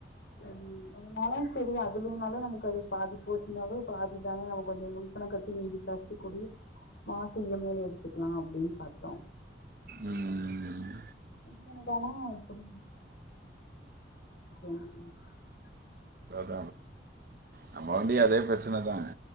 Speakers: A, on the left; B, on the right.
A: ம் அதனால சேரி அது இல்லைனாலு நமக்கு அது பாதி போச்சுனாலு பாதி தானே நமக்கு கொஞ்சோ முன் பணம் கட்டி மீதி கசி கூடி மாச இ எம் ஐன்னு எடுத்துக்கலா அப்டின்னு பாத்தோ
B: ம்,
A: இப்ப என்னடானா இப்டி இருக்கு <unintelligible>
B: ஆ நம்ம வண்டி அதே பிரச்ச பிரச்சனை தாங்க